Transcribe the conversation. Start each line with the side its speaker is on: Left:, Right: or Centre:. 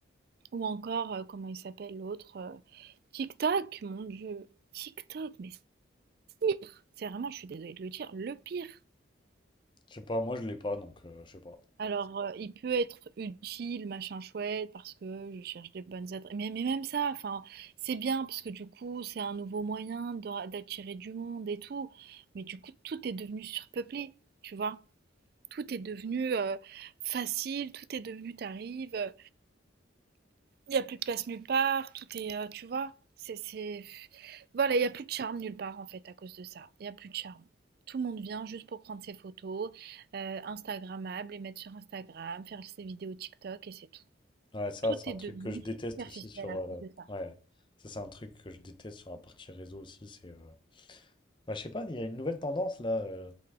Right: Ou encore, heu, comment il s'appelle l'autre, heu, TikTok, mon Dieu, TikTok, mais c'est pire! C'est vraiment, je suis désolée de le dire, le pire.
Left: Je sais pas, moi je l'ai pas, donc euh, je sais pas.
Right: Alors, euh, il peut être utile, machin chouette, parce que je cherche des bonnes adresses. Mais, mais même ça, enfin, c'est bien, parce que du coup, c'est un nouveau moyen de- d'attirer du monde et tout. Mais du coup, tout est devenu surpeuplé, tu vois. Tout est devenu euh, facile, tout est devenu, t'arrives. euh, il y a plus de place nulle part, tout est, euh, tu vois, c'est, c'est... Voilà, il y a plus de charme nulle part en fait à cause de ça. Il y a plus de charme. Tout le monde vient juste pour prendre ses photos, euh, Instagrammables, les mettre sur Instagram, faire ses vidéos TikTok et c'est tout.
Left: Ouais, ça,
Right: Tout
Left: c'est un
Right: est devenu
Left: truc que je déteste
Right: superficiel
Left: aussi sur.
Right: à
Left: euh,
Right: cause de ça.
Left: ouais, ça, c'est un truc que je déteste sur la partie réseau aussi. C'est. euh, Bah, je sais pas, il y a une nouvelle tendance là. euh,